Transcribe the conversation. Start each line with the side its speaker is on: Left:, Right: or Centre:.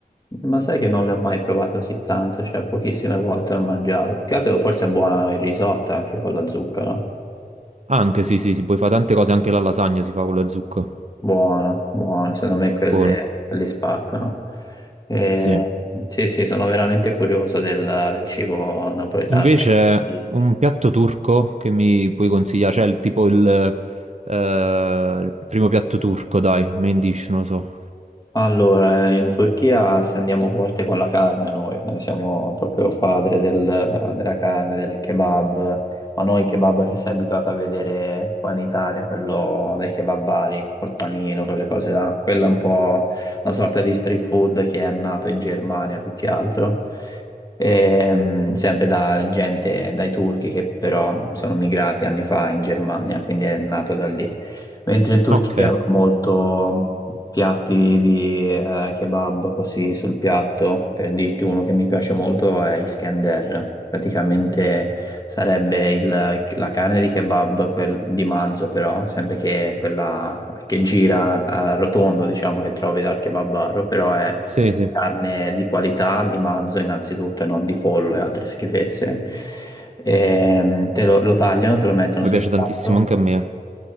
Left: Ma sai che non ne ho mai provato così tanto, cioè pochissime volte l'ho mangiato. Più che altro forse è buona il risotto anche con la zucca, no?
Right: Anche sì, sì, si puoi fare tante cose, anche la lasagna si fa con la zucca.
Left: Buono, buono, secondo me quelli,
Right: Buono,
Left: quelli spaccano. Eh,
Right: sì.
Left: sì, sì, sono veramente curioso del, del cibo napoletano.
Right: Invece,
Left: anche la pizza.
Right: un piatto turco che mi puoi consigliare? Cioè, il- tipo il, eh, il primo piatto turco, dai, main dish, non lo so.
Left: Allora, in Turchia se andiamo forte con la carne noi, noi siamo proprio padre del- della carne, del kebab, ma non il kebab che sei abituato a vedere qua in Italia, quello dei kebabari, col panino, quelle cose là, quella è un po' una sorta di street food che è nato in Germania più che altro, Ehm, sempre da gente, dai turchi che però sono migrati anni fa in Germania, quindi è nato da lì. Mentre in Turchia
Right: Ok,
Left: va molto piatti di eh, kebab così sul piatto, per dirti uno che mi piace molto è Iskender. Praticamente sarebbe il- la carne di kebab quel- di manzo, però, sempre che quella che gira a rotondo, diciamo, che trovi dal kebabaro, però è
Right: sì, sì.
Left: carne di qualità di manzo innanzitutto, e non di pollo e altre schifezze. Ehm, te lo, lo tagliano, te lo mettono
Right: Mi
Left: sul
Right: piace
Left: piatto.
Right: tantissimo anche a me. eh.